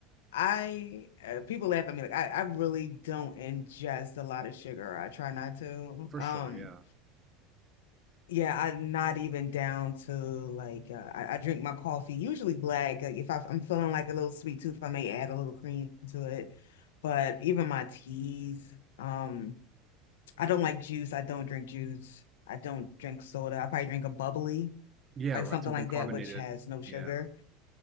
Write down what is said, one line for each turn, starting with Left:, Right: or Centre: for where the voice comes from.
Left: I uh, people laugh at me like I, I really don't ingest a lot of sugar. I try not to.
Right: <laughs> For
Left: Um,
Right: sure, yeah.
Left: yeah, I'm not even down to like uh, I, I drink my coffee usually black. Like if I, I'm feeling like a little sweet tooth, I may add a little cream to it. But even my teas, um, I don't like juice. I don't drink juice. I don't drink soda. I probably drink a bubbly,
Right: Yeah,
Left: like
Right: right,
Left: something
Right: something
Left: like
Right: carbonated.
Left: that, which has no sugar.
Right: Yeah.